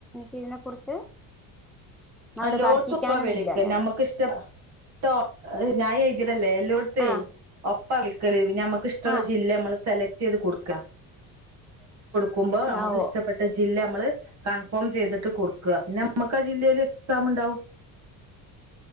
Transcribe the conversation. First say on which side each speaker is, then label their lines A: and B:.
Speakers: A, in the centre; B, on the right (about 40°).
A: തിനെ കുറിച്ച് അവിടെ
B: എല്ലാ
A: തർക്കിക്കാനും
B: <unintelligible>
A: ഇല്ല ഞാന്
B: ഞാൻ എഴതിയതല്ലേ ത്ത്
A: ആഹ്
B: ഓ ഒപ്പ നിക്കൽ ഞമ്മക് ഇഷ്ടമുള്ള
A: ആഹ്
B: ജില്ലയ്ക്ക് സെലക്റ്റ് ചെയ്യാ ചെയ്ത് കൊടുക്കാ ക്കുമ്പോ ഞമ്മക്ക്
A: ഓ
B: ഇഷ്ടപ്പെട്ട ജില്ല ഞമ്മൾ കൺഫോം ചെയ്തിട്ട് കൊടുക്ക പിന്നെ ഞമ്മക്ക് ആ ജില്ലയിൽ വെച്ചിട്ട് എക്സാം ഉണ്ടാകും.